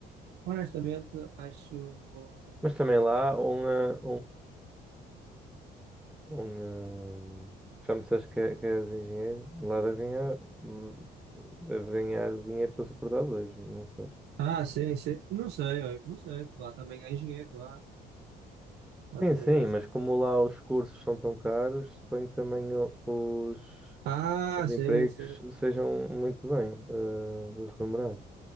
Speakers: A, on the right; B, in the centre.
A: honestamente, acho.
B: Mas também lá, uma, Um, hum, já me disseste que, é- que és engenheiro, lá deve ganhar, hum, deve ganhar dinheiro para suportar dois, não sei.
A: Ah, sim, sim. Não sei, olha, não sei. Lá também há engenheiros, lá. Lá
B: Sim,
A: também
B: sim,
A: há engenheiros.
B: mas como lá os cursos são tão caros, suponho que também o- os,
A: Ah,
B: os empregos
A: sim, sim.
B: sejam muito bem eh, remunerados.